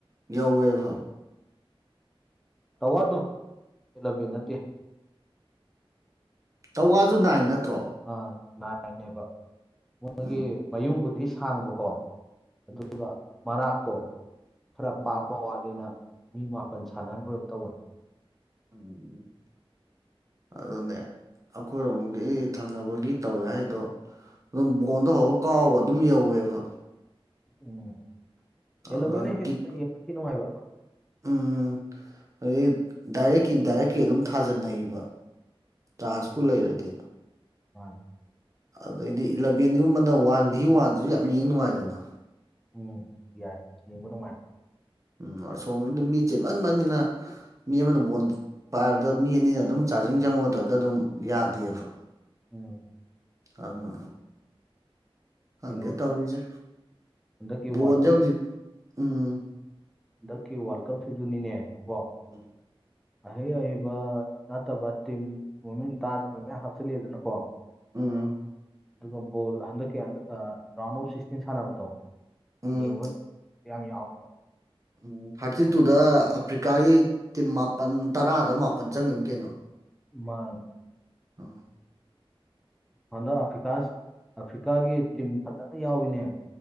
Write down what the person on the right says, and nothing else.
ꯌꯥꯎꯋꯦꯕ
ꯆꯋꯥꯁꯨ ꯅꯥꯏꯟ ꯅꯠꯇ꯭ꯔꯣ
ꯎꯝ
ꯎꯝ
ꯎꯝ
ꯎꯝ ꯑꯗꯨꯅꯦ ꯑꯩꯈꯣꯏꯔꯣꯝꯒꯤ ꯊꯪꯅꯕꯒꯤ ꯇꯧꯋꯦ ꯍꯥꯏꯗꯣ ꯑꯗꯨꯝ ꯕꯣꯟꯗ ꯍꯧꯔ ꯀꯥꯎꯕ ꯑꯗꯨꯝ ꯌꯧꯋꯦꯕ
ꯑꯗꯨꯒ
ꯀꯤꯛ
ꯎꯝ ꯍꯧꯛ ꯗꯥꯏꯔꯦꯛꯀꯤ ꯗꯥꯏꯔꯦꯛꯀꯤ ꯑꯗꯨꯝ ꯊꯥꯖꯅꯩꯕ ꯆꯥꯟꯁꯄꯨ ꯂꯩꯔꯗꯤ
ꯑꯗꯩꯗꯤ ꯏꯂꯚꯦꯟꯒꯨꯝꯕꯅ ꯋꯥꯟ ꯚꯤ ꯋꯥꯟꯁꯤꯁꯨ ꯌꯥꯝ ꯌꯦꯡ ꯅꯨꯡꯉꯥꯏꯖꯅ
ꯎꯝ ꯑꯁꯣꯝ ꯑꯗꯨꯝ ꯃꯤ ꯆꯦꯟꯃꯟꯕꯅꯤꯅ ꯃꯤ ꯑꯃꯅ ꯕꯣꯟ ꯄꯥꯏꯕꯗ ꯃꯤ ꯑꯅꯤꯅ ꯑꯗꯨꯝ ꯆꯥꯔꯖꯤꯡ ꯆꯪꯕꯨ ꯃꯇꯝꯗ ꯑꯗꯨꯝ ꯌꯥꯗꯦꯕ꯭ꯔꯣ
ꯑꯗꯨ ꯈꯪꯗꯦ
ꯇꯧꯔꯤꯁꯦ
ꯕꯣꯠꯁꯦ
ꯍꯧꯖꯤꯛ ꯎꯝ
ꯎꯝ
ꯎꯝ
ꯎꯝ
ꯎꯝ ꯊꯥꯔꯇꯤ ꯇꯨꯗ ꯑꯐ꯭ꯔꯤꯀꯥꯒꯤ ꯇꯤꯝ ꯃꯥꯄꯜ ꯇꯔꯥꯗ ꯃꯥꯄꯜ ꯆꯪꯉꯤꯃꯤ ꯀꯩꯅꯣ
ꯑ